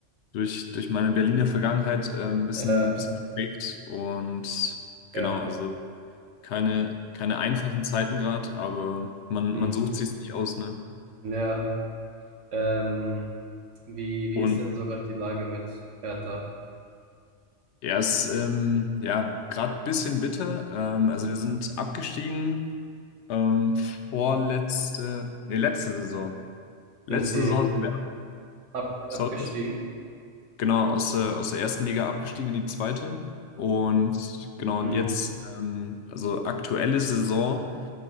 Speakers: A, on the left (about 70°); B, on the right (about 80°).
A: durch, durch meine Berliner Vergangenheit äh, ein bisschen,
B: ja,
A: ein bisschen geprägt. Und genau,
B: ja,
A: also keine, keine einfachen Zeiten gerade, aber man,
B: hm,
A: man sucht sich's nicht aus, ne?
B: ja. Ähm, wie, wie
A: Und
B: ist denn sogar die Lage mit Hertha?
A: er ist ähm, ja gerade ein bisschen bitter. Ähm, also wir sind abgestiegen Ähm, vorletzte, nee, letzte Saison. Letzte
B: Sind sie
A: Saison sind wir,
B: ab,
A: sorry,
B: abgestiegen?
A: was? Genau, aus der, aus der ersten Liga abgestiegen in die zweite. Und genau,
B: Hm,
A: und jetzt, ähm, also aktuelle Saison,